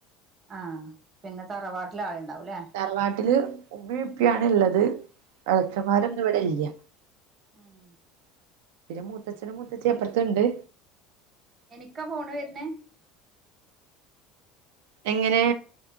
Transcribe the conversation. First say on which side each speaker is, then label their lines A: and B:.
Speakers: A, on the right; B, on the right.
A: ആഹ് പിന്നെ തറവാട്ടിലാളുണ്ടാവും ലേ?
B: തറവാട്ടില് മ്മി ഉപ്പിയാണ് ള്ളത് എളച്ചന്മാരൊന്നും ഇവ്ടെ ല്ല്യ.
A: മ്മ്
B: മൂത്തച്ഛനും മൂത്തച്ചിം അപ്പർത്ത്ണ്ട്.
A: എനിക്കാ ഫോണ് വര്നേ?
B: എങ്ങനെ?